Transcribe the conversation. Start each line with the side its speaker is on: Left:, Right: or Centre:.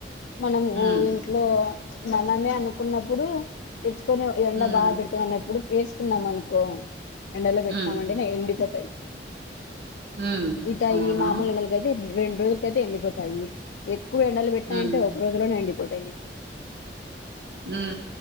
Left: మనము
Right: హ్మ్.
Left: ఇంట్లో మనమే అనుకున్నప్పుడు తెచ్చుకొని ఎండ
Right: హ్మ్.
Left: బాగా పెడుతుంది అన్నప్పుడు వేసుకున్నాం అనుకో ఎండలో పెట్నామంటే
Right: హ్మ్.
Left: ఎండి ప సై
Right: హ్మ్.
Left: ఇట
Right: అవునా!
Left: ఈ మామూలు ఎండలకైతే రెండు రోజులకైతే ఎండిపోతాయి ఎక్కువ ఎండలు పెట్నాయ్
Right: హ్మ్.
Left: అంటే ఒక రోజులోనే ఎండిపోతా తాయ్
Right: ఉ